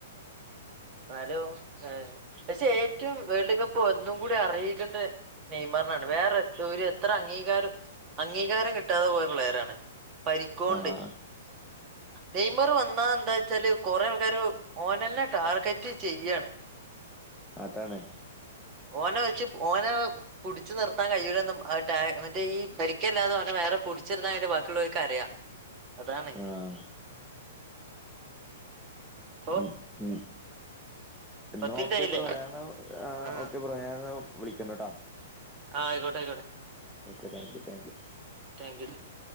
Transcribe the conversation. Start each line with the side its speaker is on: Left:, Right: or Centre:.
Right: എന്നാലോ ലക്ഷേ ഏറ്റവും വേൾഡ് കപ്പ് ഒന്നും കൂടി അറിയിക്കേണ്ട നെയ്മറിനാണ് വേറെ ഒരു എത്ര അംഗീകാരം അംഗീകാരം കിട്ടാതെ പോയുള്ള പ്ലെയരാണ് പരിക്കോണ്ട്
Centre: ആഹ്
Right: നെയമർ വന്നാ ന്താ വച്ചാല് കൊറെേ ആൾക്കാര് ഓനന്നെ ടാർഗറ്റ് ചെയ്യാണ്
Centre: അതാണ്
Right: ഓന വച്ച ഓന പിടിച് നിർത്താൻ കഴിയൂല മറ്റേ ഈ പരിക്കല്ലാതെനെ വേറെ പിടിച്ചെർത്താൻ വണ്ട് ബാക്കിള്ളവർക്ക് അറിയാം അതാണ്
Centre: ആഹ്
Right: ഇപ്പൊ
Centre: ഉം ഉം എന്ന
Right: പത്തിന്റെ
Centre: ഓക്കെ
Right: ആയില്ലേ
Centre: ബ്രോ ഞന്ന്
Right: ആ
Centre: ഓക്കെ പറയ ഞൻ വിളിക്കണ്ട് കേട്ടോ
Right: ആഹ് ആയ്ക്കോട്ട ആയ്ക്കോട്ടെ
Centre: okay thank you thank you
Right: thank you thank U